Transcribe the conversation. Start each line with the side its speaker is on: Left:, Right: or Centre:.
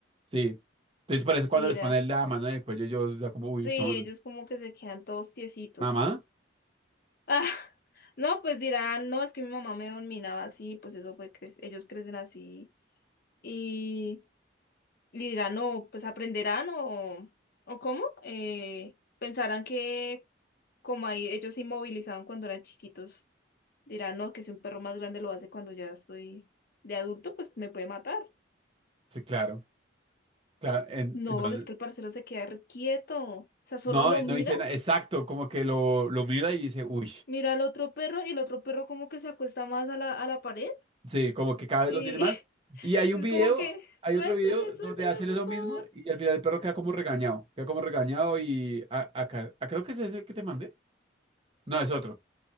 Right: sí. Entonces por eso cuando
Left: Y
Right: les
Left: era,
Right: ponen la mano en el cuello, yo ya como, uy,
Left: sí,
Right: son.
Left: ellos como que se quedan todos tiesitos.
Right: ¿Mamá?
Left: <laughs> Ah, no, pues dirán, no, es que mi mamá me dominaba así, pues eso fue, cre- ellos crecen así. Y, y dirán, no, pues aprenderán o, o cómo. Eh, pensarán que como ahí ellos se inmovilizaban cuando eran chiquitos, dirán, no, que si un perro más grande lo hace cuando ya estoy de adulto, pues me puede matar.
Right: Sí, claro. Claro. en-
Left: No,
Right: entonces,
Left: es que el parcero se queda re quieto. O sea, solo
Right: no,
Left: lo
Right: no
Left: mira,
Right: dice nada. Exacto, como que lo, lo mira y dice, uy.
Left: mira al otro perro y el otro perro como que se acuesta más a la, a la pared
Right: Sí, como que cada
Left: y
Right: vez lo tiene mal.
Left: <laughs>
Right: Y hay
Left: es
Right: un video,
Left: como que, suélteme,
Right: hay otro video donde
Left: suélteme,
Right: hace
Left: por
Right: lo
Left: favor.
Right: mismo y al final el perro queda como regañado. Queda como regañado y a- acá, ah, creo que ese es el que te mandé. No, es otro.